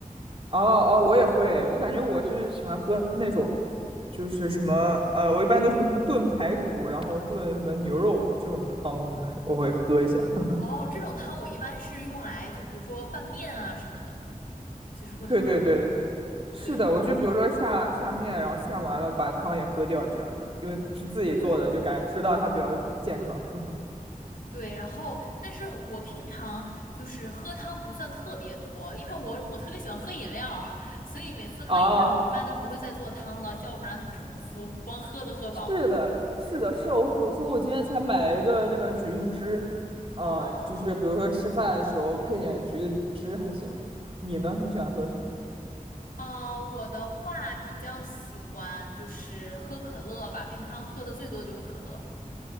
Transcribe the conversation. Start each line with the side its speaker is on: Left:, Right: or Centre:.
Right: 哦哦，我也会。我感觉我是喜欢喝那种，就是什么呃，我一般都什么什么炖排骨，然后炖什么牛肉这种汤，我会我会喝一下。<laughs>
Left: 哦，这种汤我一般是用来就比如说拌面啊什么的，其实会很好。
Right: 对对对，是的，
Left: 对
Right: 我就比如说下下面，然后下完了把汤也喝掉，这样因为是自己做的，
Left: 对。
Right: 就感觉吃到它比较健康。<laughs>
Left: 对，然后，但是我平常就是喝汤不算特别多，因为我我特别喜欢喝饮料儿所以每次喝饮料一般就不会再做汤了，
Right: 哦
Left: 要不然很重复，光喝都喝饱了。
Right: 是的，是的，是我，比如说我今天才买了一个那个橘子汁，嗯、
Left: 哦，
Right: 就是比如说吃饭的时候配点橘子汁还行。你呢？你喜欢喝什么？
Left: 啊，我的话比较喜欢就是喝可乐吧，平常喝的最多就是可乐。